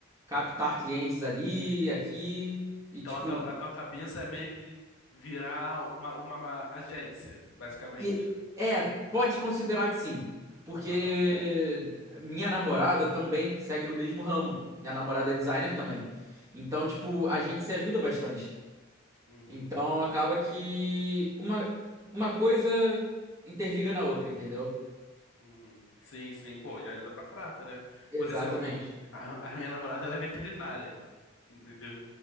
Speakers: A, on the right; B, on the left.
A: captar clientes ali, aqui.
B: Uhum.
A: E,
B: Então
A: tipo,
B: a tua, a tua cabeça é meio que virar uma, uma, uma agência, basicamente.
A: E é, pode considerar que sim, porque
B: Aham.
A: minha namorada também segue no mesmo ramo. Minha
B: Uhum.
A: namorada é designer também. Então, tipo, a gente se ajuda bastante.
B: Uhum.
A: Então, acaba que uma, uma coisa interliga na outra, entendeu?
B: Uhum. Sim, sim, pô, já ajuda pra caraca, né?
A: Exatamente.
B: Por exemplo, a, a minha namorada ela é veterinária, entendeu?